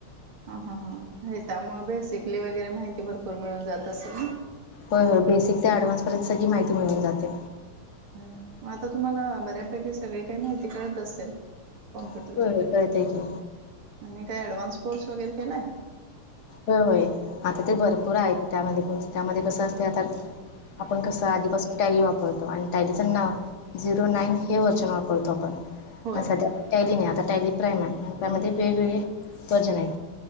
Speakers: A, on the right; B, on the left.
A: ह ह हां हे त्यामुळे बेसिकली वगैरे माहिती भरपूर मिळून जात असेल ना.
B: होय होय बेसिक ते ऍडव्हान्स पर्यंत सगळी माहिती मिळून जाते.
A: मग आता तुम्हाला बऱ्यापैकी सगळी काही माहिती कळत असेल. कॉम्प्युटरची
B: होय होय कळतय की
A: आणि काय ऍडव्हान्स कोर्स वगैरे केलाय?
B: हो होय आता ते भरपूर आहेत त्. यामध्ये क त्यामध्ये कसं असते आता आपण कसं आधीपासून काही वापू आणि त्याआधीच नाव झिरो नाईन हे व्हर्जन वापरतो आपण
A: होय
B: सध्या टॅली नाही आता टॅली प्राईम आहे. आणि त्यामध्ये वेगवेगळे वर्जन आहेत.